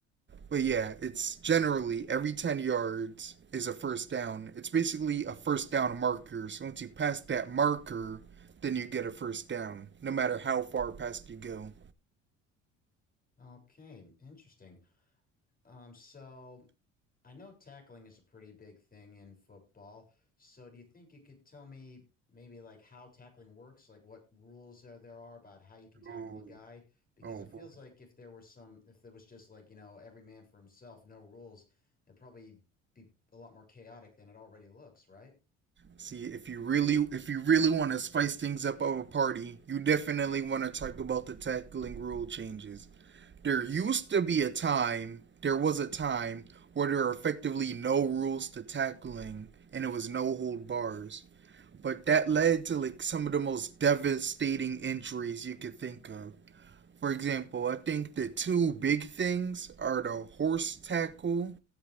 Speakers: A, on the right (about 35°); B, on the left (about 25°).
A: But yeah, it's generally every 10 yards is a first down. It's basically a first down marker. So once you pass that marker, then you get a first down, no matter how far past you go.
B: Okay, interesting. Um so I know tackling is a pretty big thing in football. So do you think you could tell me maybe like how tackling works, like what rules there there are about how you can tackle
A: Oh,
B: a guy? Because
A: oh
B: it
A: boy.
B: feels like if there were some, if there was just like, you know, every man for himself, no rules, it'd probably be a lot more chaotic than it already looks, right?
A: See, if you really if you really want to spice things up of a party, you definitely want to talk about the tackling rule changes. There used to be a time, there was a time where there were effectively no rules to tackling and it was no hold bars. But that led to like some of the most devastating injuries you could think of. For example, I think the two big things are the horse tackle